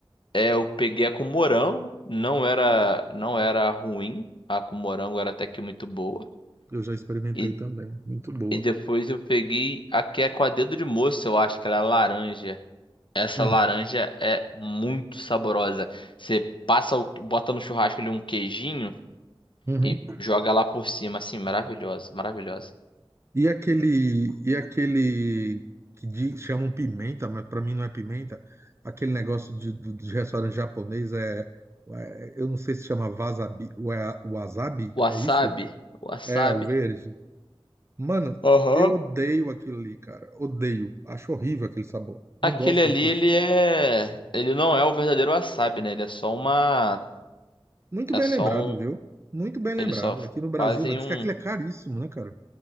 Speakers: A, on the left (about 60°); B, on the right (about 30°).
A: É, eu peguei a com morango, não era, não era ruim, a com morango era até que muito boa.
B: Eu já experimentei
A: E,
B: também. Muito boa.
A: e depois eu peguei a que é com a dedo de moça, eu acho que ela é laranja. Essa
B: Hum,
A: laranja é muito saborosa. Você passa, o- bota no churrasco ali um queijinho
B: uhum.
A: e joga lá por cima, assim, maravilhosa, maravilhosa.
B: E aquele, e aquele que di- chamam pimenta, mas para mim não é pimenta. Aquele negócio de, do- de, restaurante japonês é, é- eu não sei se chama wasabi, wa- wasabi,
A: Wasabi,
B: é isso?
A: wasabi.
B: É, o verde. Mano,
A: Aham.
B: eu odeio aquilo ali, cara. Odeio. Acho horrível aquele sabor. Não
A: Aquele
B: gosto
A: ali,
B: daquilo.
A: ele é, ele não é o verdadeiro wasabi, né? Ele é só uma,
B: Muito
A: é
B: bem
A: só
B: lembrado,
A: um,
B: viu? Muito bem lembrado.
A: Eles só
B: Aqui no Brasil,
A: fazem
B: né? Diz
A: um.
B: que aquilo é caríssimo, né, cara?